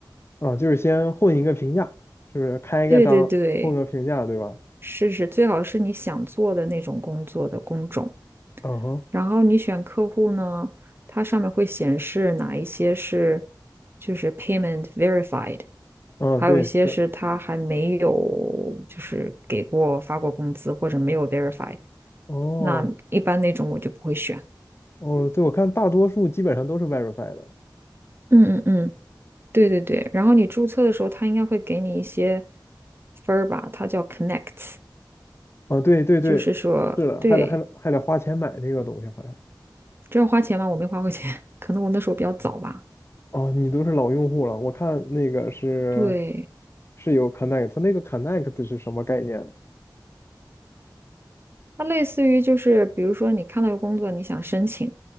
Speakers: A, on the left; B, on the right.
A: 啊，就是先混一个评价，是不是开一个章混个评价，
B: <laughs> 对对对，
A: 对吧？
B: 试试，最好是你想做的那种工作的工种。
A: 嗯哼，
B: 然后你选客户呢，它上面会显示哪一些是就是 payment verified，
A: 嗯，
B: 还有一些是他还没有就是给过发过工资或者没有
A: 对，是，
B: verify，
A: 哦，
B: 那一般那种我就不会选。
A: 哦，对，我看大多数基本上都是 Verify 的了。
B: 嗯嗯嗯，对对对。然后你注册的时候，他应该会给你一些分儿吧？它叫 connect，s
A: 啊，对对对，
B: 就是说，
A: 是的，
B: 对，
A: 还得还得还得花钱买那个东西，好像。
B: 这要花钱吗？我没花过钱，<laughs> 可能我那时候比较早吧。
A: 哦，你都是老用户了，我看那个是
B: 对，
A: 是有 Connect，它那个 Connect 是什么概念呢
B: 它类似于就是，比如说你看到个工作，你想申请，